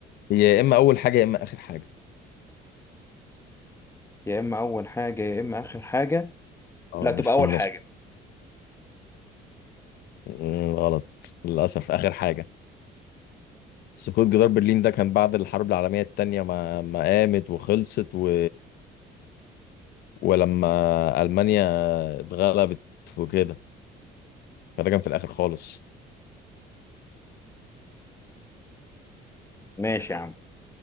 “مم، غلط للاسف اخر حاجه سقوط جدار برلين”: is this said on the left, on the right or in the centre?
Left